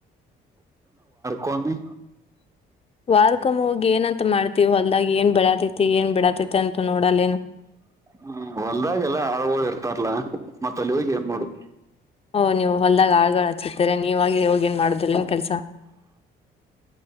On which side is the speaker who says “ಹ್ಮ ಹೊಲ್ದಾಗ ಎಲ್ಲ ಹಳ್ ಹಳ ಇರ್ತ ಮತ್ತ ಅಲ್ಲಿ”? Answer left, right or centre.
Right